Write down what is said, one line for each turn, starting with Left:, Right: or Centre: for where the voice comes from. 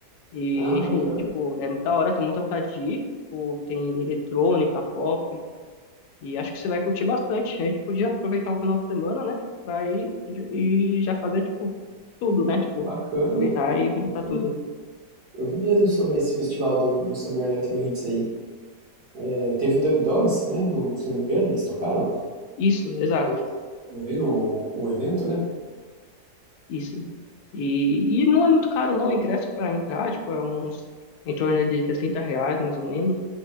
Left: e,
Right: Ah,
Left: enfim,
Right: bacana,
Left: tipo, é da hora, tem muita vontade de ir, tipo, tem eletrônica, pop, e acho que você vai curtir bastante, a gente podia aproveitar um final de semana, né, tipo, pra ir e já fazer, tipo, tudo, né, tipo,
Right: bacana.
Left: aproveitar e visitar
Right: Eu vi,
Left: tudo.
Right: eu vi mesmo sobre esse festival do, do Summer Electro Hits aí. É, teve o Dub Dogs, né? Não, se eu não me engano, eles tocaram,
Left: Isso, exato.
Right: ou promovendo o, o evento, né?
Left: Isso. E, e não é muito caro não o ingresso para entrar, tipo, é uns em torno de 60 reais, mais ou menos.